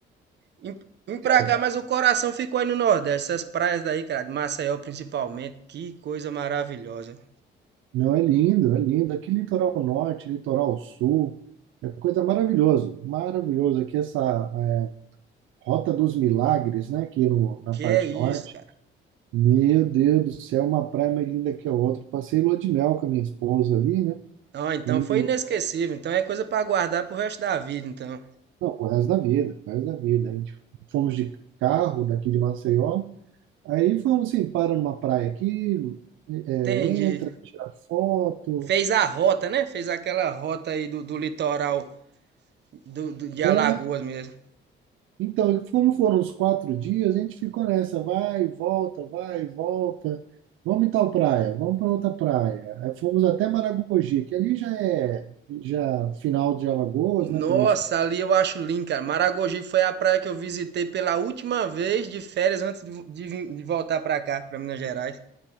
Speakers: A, on the right (about 60°); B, on the right (about 85°).
A: Vim vim pra
B: é.
A: cá, mas o coração ficou aí no Nordeste, essas praias daí, cara, de Maceió principalmente, que coisa maravilhosa.
B: Não, é lindo, é lindo. Aqui litoral norte, litoral sul, é coisa maravilhosa, maravilhoso. Aqui essa é, Rota dos Milagres, né, aqui no, na
A: Que
B: parte
A: é isso,
B: norte.
A: cara.
B: Meu Deus do céu, uma praia mais linda que a outra. Passei lua de mel com a minha esposa ali, né?
A: Ah, então
B: E,
A: foi inesquecível, então é coisa pra guardar pro resto da vida, então.
B: não, o resto da vida, o resto da vida. A gente fomos de carro daqui de Maceió Aí fomos assim, para numa praia aqui, é,
A: Entendi.
B: entra, tira foto.
A: Fez a rota, né? Fez aquela rota aí do, do litoral do, do- de
B: É,
A: Alagoas mesmo.
B: então, como foram os quatro dias, a gente ficou nessa, vai, volta, vai, volta. Vamos em tal praia, vamos para outra praia. Aí fomos até Maragogi, que ali já é já final de Alagoas,
A: Nossa,
B: né? Começo de...
A: ali eu acho lindo, cara. Maragogi foi a praia que eu visitei pela última vez de férias antes de, de vim- de voltar pra cá, pra Minas Gerais.